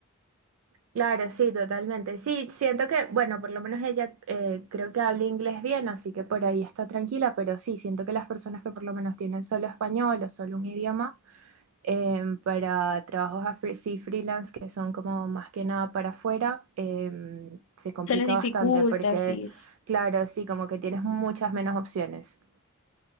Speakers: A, on the right (about 80°); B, on the left (about 70°).
A: Claro, sí, totalmente. Sí, siento que, bueno, por lo menos ella eh, creo que habla inglés bien, así que por ahí está tranquila, pero sí, siento que las personas que por lo menos tienen solo español o solo un idioma, em, para trabajos a fre- sí, freelance, que son como más que nada para afuera, em, se complica
B: se les dificulta,
A: bastante porque,
B: sí.
A: claro, sí, como que tienes muchas menos opciones.